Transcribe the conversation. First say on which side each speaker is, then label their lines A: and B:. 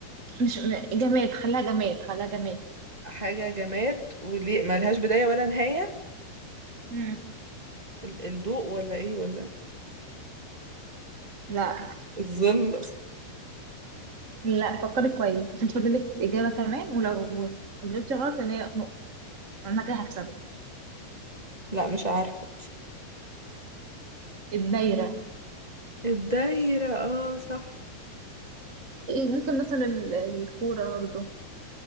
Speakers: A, on the right (about 70°); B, on the right (about 25°).
A: مش م- جماد خليها جماد خليها جماد
B: حاجة جماد وليه ملهاش بداية ولا نهاية
A: مم.
B: ال- الضوء ولا إيه ولا
A: لا
B: الظل <laughs>
A: لا فكري كويس عشان فاضلك إجابة كمان ولو جبتي غلط اللي هي نقطة أنا كده هكسبك
B: لا مش عارفة
A: الدايرة
B: <laughs> الدايرة اه صح
A: ممكن مثلا ال- الكورة برضه